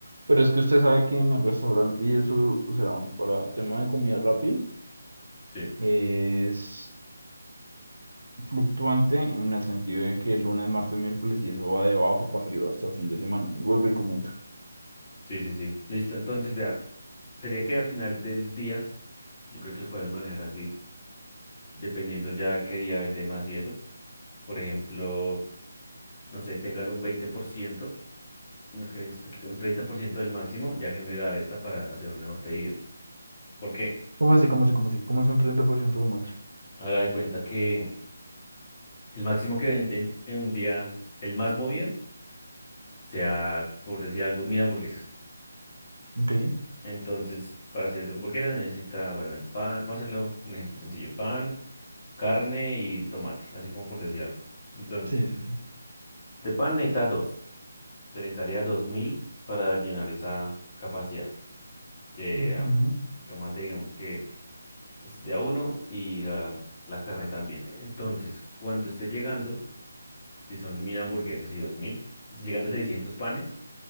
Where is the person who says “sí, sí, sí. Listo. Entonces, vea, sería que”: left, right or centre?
Left